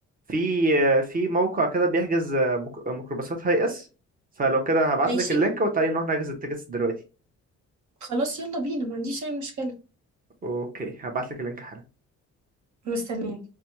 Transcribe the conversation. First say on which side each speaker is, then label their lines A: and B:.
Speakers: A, on the right; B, on the right.
A: في آه، في موقع كده بيحجز آه، مك- ميكروباصات هاي اس فلو كده هبعت
B: ماشي
A: لك اللينك وتعالي نروح نحجز التيكتس دلوقتي
B: خلاص يلا بينا ما عنديش اي مشكله
A: اوكي هبعت لك اللينك حالا
B: مستنياك